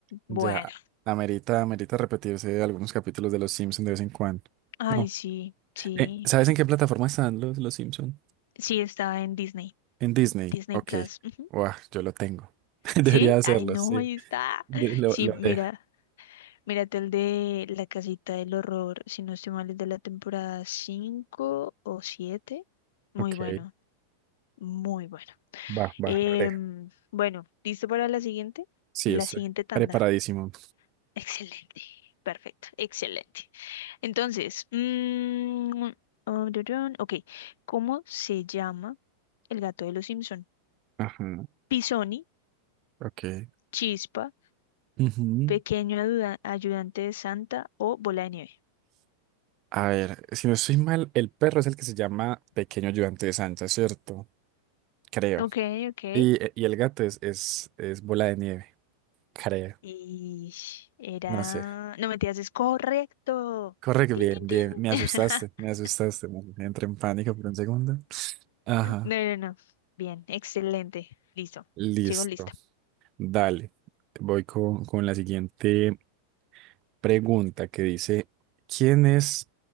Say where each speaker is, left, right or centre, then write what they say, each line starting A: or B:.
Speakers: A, on the right (about 40°); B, on the left (about 55°).
A: Ya,
B: Bueno.
A: amerita, amerita repetirse algunos capítulos de Los Simpsons de vez en cuando.
B: Ay,
A: No.
B: sí, sí.
A: Eh, ¿sabes en qué plataforma están los, los Simpsons?
B: Sí, está en Disney.
A: En Disney.
B: Disney
A: Ok.
B: Plus. ujú.
A: Buah, yo lo tengo. <laughs>
B: Sí,
A: Debería hacerlo,
B: ay, no,
A: sí.
B: ahí está.
A: De- lo,
B: Sí,
A: lo
B: mira.
A: haré.
B: Mírate el de La Casita del Horror, si no estoy mal, es de la temporada cinco o siete, Muy
A: Ok.
B: bueno, muy bueno.
A: Va,
B: Em,
A: va, lo haré.
B: bueno, ¿listo para la siguiente?
A: Sí,
B: La
A: estoy
B: siguiente tanda.
A: preparadísimo.
B: <laughs> Excelente, perfecto, excelente. Entonces, mm, oh, durun, ok, ¿cómo se llama el gato de los Simpson?
A: Ajá.
B: Pisoni,
A: Ok.
B: Chispa,
A: Ujú.
B: Pequeño ayuda- Ayudante de Santa o Bola de Nieve.
A: A ver, si no estoy mal, el perro es el que se llama Pequeño Ayudante de Santa, ¿cierto? Creo.
B: Ok, ok.
A: Y, y el gato es, es, es Bola de Nieve, creo.
B: Y era...
A: No sé.
B: No, mentiras, es correcto.
A: Correcto,
B: Tin,
A: bien,
B: tin,
A: bien. Me
B: tin. <laughs>
A: asustaste, me asustaste. man. Entré en pánico por un segundo. Ajá,
B: No, no, no. Bien, excelente. Listo.
A: listo.
B: Sigo lista.
A: Dale. Voy con, con la siguiente pregunta que dice, ¿quién es